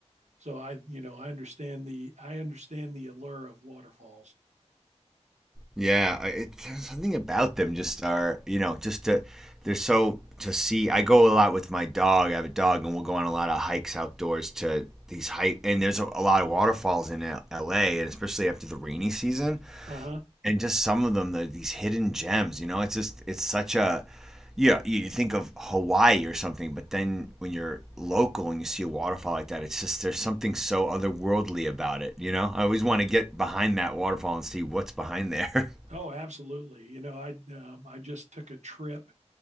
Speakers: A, on the right; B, in the centre.
A: So I, you know, I understand the, I understand the allure of waterfalls.
B: Yeah, it, something about them just are you know just to they're so to see. I go a lot with my dog. I have a dog, and we'll go on a lot of hikes outdoors to these hike. And there's a, a lot of waterfalls in L.A. and especially after the rainy season
A: Uh huh.
B: and just some of them, the, these hidden gems. You know, it's just it's such a yeah. You, you think of Hawaii or something, but then when you're local and you see a waterfall like that, it's just there's something so otherworldly about it. You know, I always want to get behind that waterfall and see what's behind there. <laughs>
A: Oh, absolutely. You know, I, um, I just took a trip